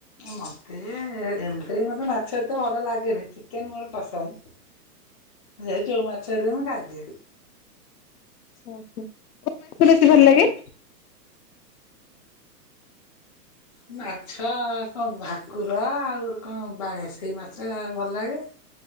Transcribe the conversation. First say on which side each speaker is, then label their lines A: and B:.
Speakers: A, on the left (about 20°); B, on the left (about 65°).
A: ମତେ ଏମିତିରେ ବି ମତେ ମାଛ ଏତେ ଭଲ ଲାଗେନି ଚିକେନ୍ ମୋର ପସନ୍ଦ। ଯେ ଯୋଉ ମାଛ ହେଲେ ମୁଁ ଖାଇ ଦିଏ।
B: ଉୁଁ ହୁଁ କୋଉ ମାଛ ବେଶୀ ଭଲ ଲାଗେ?
A: ମାଛ କଣ ଭାକୁର ଆଉ କଣ ବାଳିଆ ସେଇ ମାଛ ଭଲ ଲାଗେ।